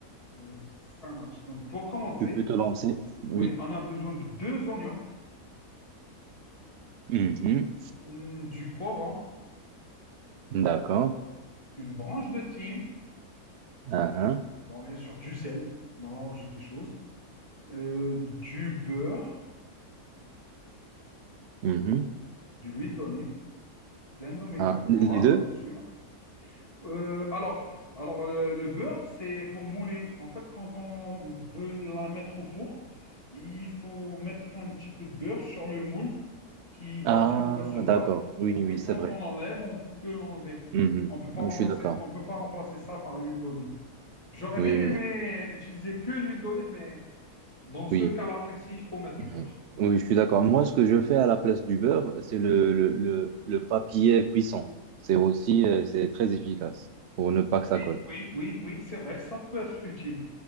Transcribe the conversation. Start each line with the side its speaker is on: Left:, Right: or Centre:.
Left: Donc, ça marche. Donc, pour commencer,
Right: Tu peux te lancer. Oui.
Left: oui, on a besoin de deux oignons,
Right: Mhm.
Left: hmm, du poivron,
Right: D'accord.
Left: une branche de thym,
Right: Ah, ah.
Left: bon, bien sûr, du sel, dans la logique des choses, euh, du beurre,
Right: Mhm.
Left: de l'huile d'olive, pleine d'oméga
Right: Ah,
Left: 3,
Right: les deux?
Left: bien sûr, Euh, alors, alors le, le beurre, c'est pour mouler. En fait, quand on veut la mettre au four, il faut mettre un petit peu de beurre sur le moule qui va
Right: Ah,
Left: tout recevoir
Right: d'accord. Oui,
Left: pour
Right: oui,
Left: que quand
Right: c'est vrai.
Left: on l'enlève, on peut l'enlever.
Right: Mhm.
Left: On peut pas
Right: Oui,
Left: remplacer,
Right: Je suis d'accord.
Left: on peut pas remplacer ça par l'huile d'olive. J'aurais
Right: Oui,
Left: bien aimé
Right: oui,
Left: utiliser que l'huile d'olive, mais dans ce
Right: oui.
Left: cas-là précis, il faut mettre du
Right: Mhm.
Left: beurre.
Right: Oui, je suis d'accord. Moi, ce que je fais à la place du beurre, c'est le, le, le, le papier cuisson. C'est aussi, euh, c'est très efficace pour ne pas que ça
Left: Oui,
Right: colle.
Left: oui, oui, oui, c'est vrai, ça peut être utile.